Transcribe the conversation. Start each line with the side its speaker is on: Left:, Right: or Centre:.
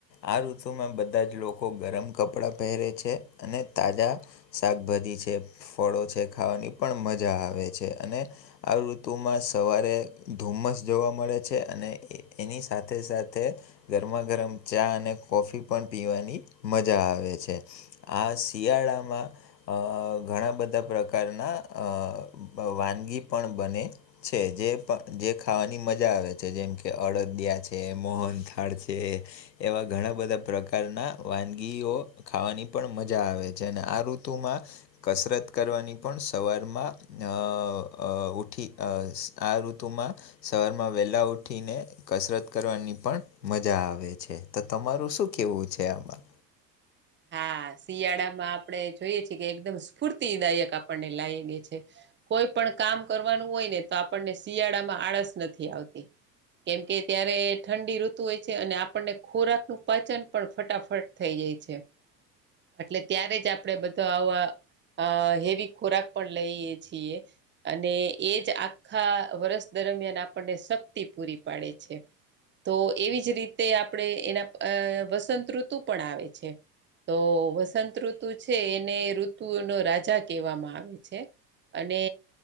Left: આ ઋતુમાં બધ બધા જ લોકો ગરમ કપડાં પહેરે છે અને તાજા શાકભાજી છે ફળો છે ખાવાની પણ મજા આવે છે અને આ ઋતુમાં સવારે ધુમ્મસ જોવા મળે છે અને એ એની સાથે સાથે ગરમા ગરમ ચા અને કોફી પન પીવાની મજા આવે છે. આ શિયાળામાં અ ઘણા બધા પ્રકારના અ વાનગી પણ બને છે જે પ જે ખાવાની મજા આવે છે જેમ કે અડદિયા છે મોહનથાળ છે. એવા ઘણા બધા પ્રકારના વાનગીઓ ખાવાની પણ મજા આવે છે અને આ ઋતુમાં કસરત કરવાની પણ સવારમાં આ આ ઉઠી આ ઋતુમાં શવારમાં વહેલાં ઊઠીને કસરત કરવાની પણ મજા આવે છે તો તમારું શું કેવું છે આમાં.
Right: હા શિયાળામાં આપણે જોઈએ છીએ કે એકદમ સ્ફૂર્તિ દાયકા આપને લાવે છે કોઈ પણ કામ કરવાનું હોય ને તો આપણને શિયાળામાં આળસ નથી આવતી કેમકે ત્યારે ઠંડી ઋતુ હોય છે અને આપણને ખોરાકનું પાચન પણ ફટાફટ થઈ જાય છે. એટલે ત્યારે જ આપણે બધો આવા હેવી ખોરાક પણ લઈએ છીએ. અને એ જ આખા વર્ષ દરમિયાન આપણને શક્તિ પૂરી પાડે છે. તો એવી જ રીતે આપણે એના આ વસંતઋતુ પણ આવે છે. તો વસંત ઋતુ છે એને ઋતુનો રાજા કહેવામાં આવે છે. અને